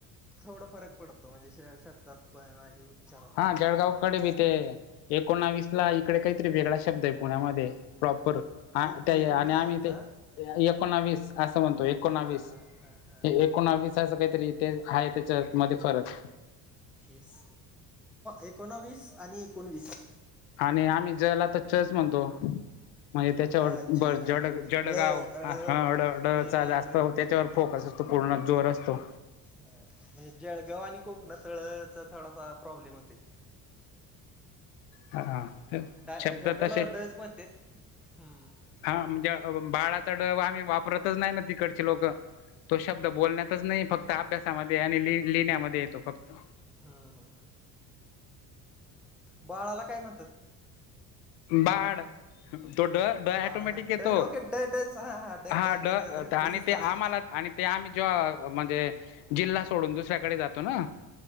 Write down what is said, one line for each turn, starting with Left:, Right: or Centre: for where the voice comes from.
Centre: थोड फरक पडतो म्हणजे श -शब्दात पण आणि उच्चारात
Left: हा
Centre: पण
Left: जळगावकडे बी ते एकोणावीस ला इकडे काहीतरी वेगळा शब्द आहे पुण्यामध्ये. प्रोपर. हा
Centre: एक
Left: त्या
Centre: एकोणीस
Left: आणि आम्ही
Centre: म्हणतात
Left: ते एकोणावीस असं म्हणतो एकोणावीस.
Centre: हां हां हां हां
Left: हे
Centre: हां
Left: एकोणावीसाचं
Centre: हां
Left: काहीतरी ते आहे. त्याच्यामध्ये फरक.
Centre: येस एकोणावीस आणि एकोणवीस.
Left: आणि आम्ही ज ला च च म्हणतो. म्हणजे त्याच्यावर
Centre: हा ज हा
Left: जड
Centre: हा
Left: - जडगाव
Centre: ळ ळ
Left: ह ड - ड
Centre: ळळा
Left: चा जास्त
Centre: ड
Left: त्याच्यावर
Centre: हा
Left: फोकस अस तो पूर्ण जोर असतो.
Centre: म्हणजे जळगाव आणि कोकणात ळ चा थोडासा प्रॉब्लेम होतोय.
Left: हा
Centre: जळगावला
Left: शब्द तसेच
Centre: ड च म्हणतेत. हम्म.
Left: हा म्हणजे बाळाचा ड आम्ही वापरतचं नाही ना तिकडचे लोकं. तो शब्द बोलण्यातच नाही. फक्त अभ्यासामध्ये आणि लिह - लिहिण्यामध्ये येतो फक्त.
Centre: हा हा. बाळाला काय म्हणतात?
Left: बाड तो ड ड ॲटोमॅटिक
Centre: बाळ हा
Left: येतो.
Centre: ड ओके ड डच हा ड
Left: हा ड
Centre: ते रिप्लेसच
Left: आणि ते
Centre: झालं.
Left: आम्हाला आणि ते आम्ही जॉ म्हणजे जिल्हा सोडून दुसऱ्याकडे जातो ना?